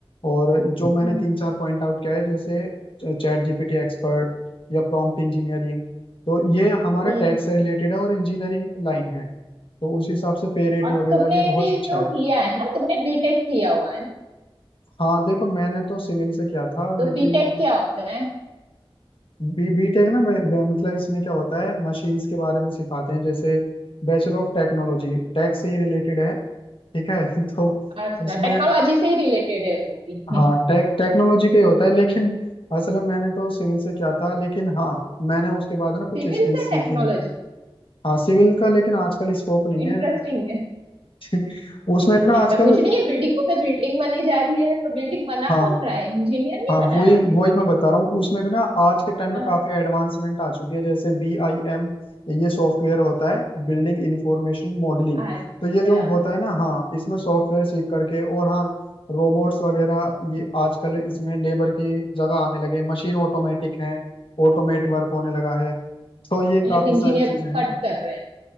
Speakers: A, on the left; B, on the right.
A: और जो
B: हम्म,
A: मैंने तीन चार पॉइंट आउट किया है जैसे चैट जीपीटी एक्सपर्ट या प्रॉम्प्ट इंजीनियरिंग तो ये हमारे
B: हम्म।
A: टैक्स से रिलेटेड है और इंजीनियरिंग लाइन है तो उस हिसाब से पे रेट
B: और
A: वगैरह
B: तुमने
A: ये बहुत
B: भी
A: अच्छा
B: तो
A: है
B: किया है ना तुमने बीटेक किया हुआ है ना
A: हाँ देखो मैंने तो सिविल से किया था
B: तो
A: लेकिन
B: बीटेक क्या होता है
A: बी बीटेक ना ब- ब- मतलब इसमें क्या होता है मशीन्स के बारे में सिखाते हैं जैसे बैचलर ऑफ टेक्नोलॉजी टेक से ही रिलेटेड है ठीक है <laughs> तो
B: अच्छा
A: उसमें
B: टेक्नोलॉजी से ही रिलेटेड है वो भी
A: हाँ टेक टेक्नोलॉजी का ही होता है लेकिन असल में मैंने तो सिविल से किया था लेकिन हाँ मैंने उसके बाद ना कुछ
B: सिविल
A: स्किल्स
B: से
A: सीखी
B: टेक्नोलॉजी
A: हाँ सिविल का लेकिन आजकल स्कोप नहीं
B: इंटरेस्टिंग
A: है <laughs> उसमें
B: नहीं
A: भी ना
B: ऐसा
A: आजकल
B: कुछ नहीं है बिल्डिंगों पे बिल्डिंग बनी जा रही है तो बिल्डिंग बना
A: हाँ
B: कौन रहा है इंजीनियर नहीं
A: हाँ
B: बना
A: वही
B: रहे
A: वही
B: हैं
A: मैं बता रहा हूँ उसमें भी ना आज के टाइम में
B: हाँ
A: काफी एडवांसमेंट आ चुकी है जैसे बी आई एम ये सॉफ्टवेयर होता है बिल्डिंग इंफॉर्मेशन मॉडलिंग
B: अच्छा
A: तो ये जो होता है ना हाँ इसमें सॉफ्टवेयर सीख करके और हाँ रोबोट्स वगैरह ये आजकल इसमें लेबर की जगह आने लगे मशीन ऑटोमेटिक हैं ऑटोमेट वर्क होने लगा है तो ये
B: मतलब
A: काफी
B: इंजीनियर
A: सारी चीजें
B: को
A: हैं
B: कट कर रहे हैं